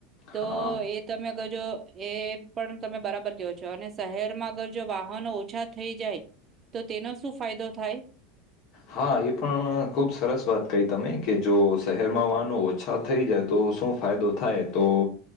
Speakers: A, on the right; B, on the left.
A: તો
B: હા
A: એ તમે અગર જો એ પણ તમે બરાબર કહો છો. અને શહેરમાં અગર જો વાહનો ઓછા થઈ જાય તો તેનો શું ફાયદો થાય?
B: હા એ પણ ખૂબ સરસ વાત કહી તમે જો શહેરમાં વાહનું ઓછા થઈ જાય તો શું ફાયદો થાય તો